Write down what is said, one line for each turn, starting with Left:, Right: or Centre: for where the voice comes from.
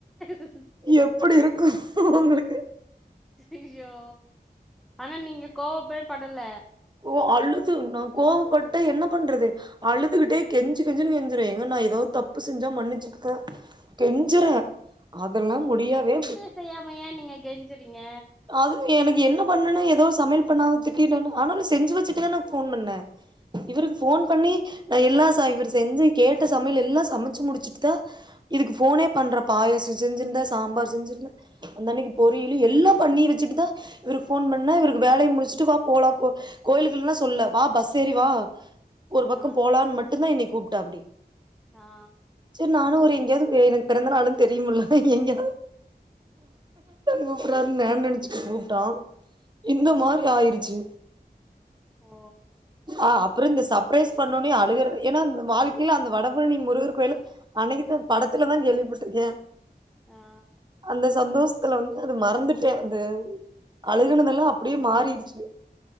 Centre: ஆ
Right: எப்படி இருக்கும் உங்குளுக்கு
Centre: அய்யோ ஆனா நீங்க கோவப்பே படல
Right: ஓ அழுது நா கோவப்பட்டு என்ன பண்றது அழுதுகிட்டே கெஞ்சி கெஞ்சுன்னு கெஞ்சுறே ஏங்க நா எதாவ்து தப்பு செஞ்சா மன்னிச்சுக்க கெஞ்சுற அதெல்லாம் முடியாவே
Centre: செய்யாமையா நீங்க கெஞ்சுறீங்க
Right: அது எனக்கு என்ன பண்ணுனே ஏதோ சமையல் பண்ணாத திட்டிட்டனோ ஆனாலும் செஞ்சு வச்சிட்டு தா நா ஃபோன் பண்ண இவுருக்கு ஃபோன் பண்ணி நா எல்லா சா இவுரு செஞ்சு கேட்ட சமையல் எல்லா சமச்சு முடிச்சுட்டுதா இதுக்கு ஃபோனே பண்ற பாயசம் செஞ்சிருந்த சாம்பார் செஞ்சிருந்த அந்த அன்னைக்கு பொரியலு எல்லாம் பண்ணி வச்சிட்டு தா இவுருக் ஃபோன் பண்ண இவருக்கு வேலைய முடிச்சுட்டு வா போலாம் கோ கோயிலுக்குல்லா சொல்ல வா பஸ் ஏறி வா ஒரு பக்கம்
Centre: ஆ
Right: போலான் மட்டு தா என்னைய கூப்ட்டாப்படி
Centre: ஆ
Right: செரி நானும் அவரு எங்கேயாவ்து எனக் பிறந்த நாளுன் தெரியும்ல எங்க கூப்பிட்றாரு னு நா நெனைச்சுட்டு கூப்ட்டா இந்த
Centre: ம்
Right: மாரி ஆயிருச்சு
Centre: ஓ
Right: அ அப்புறோ இந்த சப்ரைஸ் பண்ணோனே அழுகற ஏன்னா வாழ்க்கையில அந்த வடபழனி முருகர் கோயில அன்னைக்குதா படத்துல தா கேள்விப்பட்ருக்க
Centre: ஆ
Right: அந்த சந்தோஷத்துல வந்து அது மறந்துட் ட அந்த அழுகுனதெல்லா அப்டியே மாறிடுச்சு